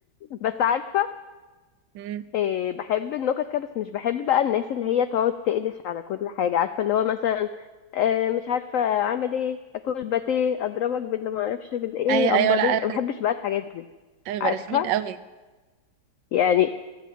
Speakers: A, on the left; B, on the right.
A: بس عارفه
B: مم.
A: آه، بحب النكت كده بس مش بحب بقى الناس اللي هي تقعد تقلش على كل حاجه عارفه اللي هو مثلا آه، مش عارفه اعمل ايه اكل باتيه اضربك باللي ما اعرفش بالايه
B: ايوه ايوه
A: امال
B: لا
A: ايه ما بحبش بقى الحاجات دي
B: لا، بيبقى
A: عارفه
B: رخمين قوي
A: يعني